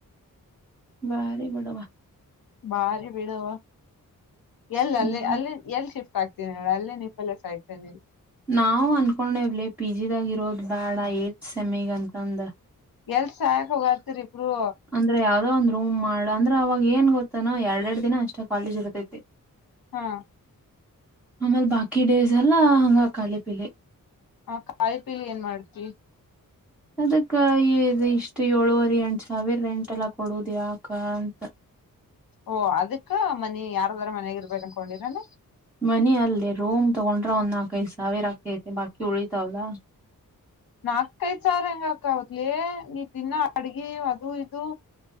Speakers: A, in the centre; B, on the left.
A: ಬಾರಿ ಬಿಡವಾ
B: ಬಾರಿ ಬಿಡವಾ ಎಲ್
A: ಹ್ಮ್
B: ಅಲ್ಲಿ ಅಲ್ಲಿ ಎಲ್ ಶಿಫ್ಟ್ ಆಗ್ತನ ಹೇಳ ಅಲ್ಲೆ ನಿಂಬಲ್ಲೇ ಸಾಯ್ತೇನೆ
A: ನಾವು ಅನ್ಕೊಂಡೆವ್ಲಿ ಪಿ. ಜಿ ದಾಗ ಇರೋದ್ ಬೇಡ ಏಟ್ ಸೆಮಿಗ್ ಅಂತಂದ
B: ಎಲ್ ಸಾಯಕ್ ಹೋಗಾತಿರಿ ಇಬ್ರು
A: ಅಂದ್ರೆ ಯಾವುದೋ ಒಂದ್ ರೂ್ಮ್ ಅಂದ್ರ ಅವಾಗ ಏನ್ ಗೊತ್ತಾನ ಎರಡ್ ಎರಡ್ ದಿನ ಅಷ್ಟ ಕಾಲೇಜ್ ಇರ್ತೈತಿ
B: ಹಾ
A: ಆಮೇಲ್ ಬಾಕಿ ಡೇಸ್ ಎಲ್ಲಾ ಹಂಗ ಖಾಲಿ ಪಿಲಿ
B: ಹಾ ಖಾಲಿ ಪೀಲಿ ಏನ್ ಮಾಡ್ತಿ
A: ಅದಕ್ಕ ಈ ಇಷ್ಟ ಏಳುವರೆ ಎಂಟ ಸಾವಿರ ರೆಂಟ್ ಎಲ್ಲ ಕೊಡುದ ಯಾಕ ಅಂತ
B: ಓ ಅದಕ್ಕ ಮನಿ ಯಾರದಾರ ಮನ್ಯಾಗ ಇರ್ಬೇಕ ಅನ್ಕೊಂಡಿರ ಏನ್.
A: ಮನಿ ಅಲ್ಲೇ ರೂಮ್ ತಗೊಂಡ್ರೆ ಒಂದ್ ನಾಲ್ಕೈದು ಸಾವಿರ ಆಗ್ತೈತೆ ಬಾಕಿ ಉಳಿತಾವಲ್ಲಾ.
B: ನಾಕೈದ್ ಸಾವಿರ ಹೆಂಗ <unintelligible> ನೀ ದಿನ ಅಡ್ಗಿ ಅದು ಇದು.